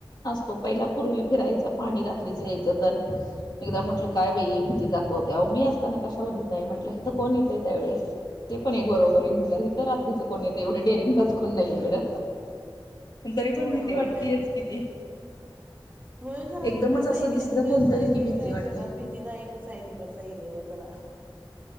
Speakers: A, on the left; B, on the right.
A: तो पहिला पूर्वी फिरायचा पाणी रात्रीच यायचं तर एकदा म्हंटलं काय बाई भीती दाखवते मी असताना कशला भीता आहे म्हटलं हि तर कोण येतय त्यावेळेस ते पण एक बरोबर र म्हणथ रात्रीच कोणी येत एवढे डेरिंग फच कोण नाही इकडं तरी पण
B: होय
A: भीती
B: होय
A: वाटतीयच किती
B: होय जरा
A: एकदमच
B: तिकडचा
A: असं
B: एरिया
A: दिसलं
B: म्हणजे
A: कोणतरी
B: असं
A: की
B: हेच
A: भीती
B: आहे
A: वाटते
B: सडा भीतीदायक आहे तिकडचा एरिया आहे तरा